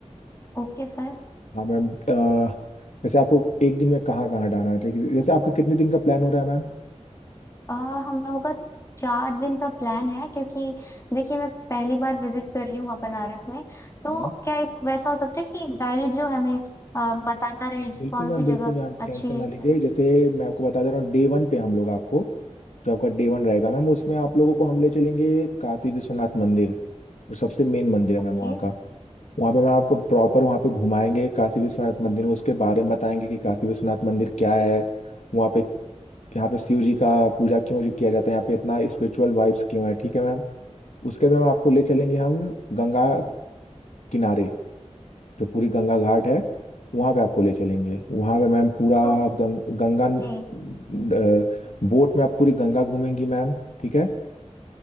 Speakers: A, on the left; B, on the left.
A: Okay sir
B: हाँ मैम अ, वैसे आपको एक दिन में कहाँ कहाँ हटाना है ठीक है, जैसे आपका कितने दिन का प्लान हो रहा है मैम
A: अ, हम लोगों का चार दिन का प्लान है क्योंकि देखिए मैं पहली बार विजिट कर रही हूँ वहाँ बनारस में तो
B: मैम,
A: क्या एक वैसा हो सकता है कि एक गाइड जो हमें अ, बताता रहे कि
B: बिल्कुल
A: कौन
B: मैम
A: सी जगह
B: बिल्कुल मैम
A: अच्छी
B: टेंशन
A: है
B: ना लीजिए
A: क्या
B: जैसे मैं आपको बता दे रहा हूँ डे वन पे हम लोग आपको जो आपका डे वन रहेगा मैम उसमें आप लोगों को हम ले चलेंगे काशी विश्वनाथ मंदिर और सबसे मेन मंदिर है
A: ओके
B: मैम वहाँ का वहाँ पे मैम आपको प्रॉपर वहाँ पे घुमाएंगे काशी विश्वनाथ मंदिर में उसके बारे में बताएंगे कि काशी विश्वनाथ मंदिर क्या है वहाँ पे यहाँ पे शिव जी का पूजा क्यों जी किया जाता है यहाँ पे इतना स्पिरिचुअल वाइब्स क्यों है ठीक है मैम उसके बाद मैम आपको ले चलेंगे हम गंगा किनारे जो पूरी गंगा घाट है वहां पे आपको ले चलेंगे वहां पे मैम पूरा
A: तो
B: आप गंग, गंगा अ,
A: जी
B: बोट में आप पूरी गंगा घूमेंगी मैम ठीक है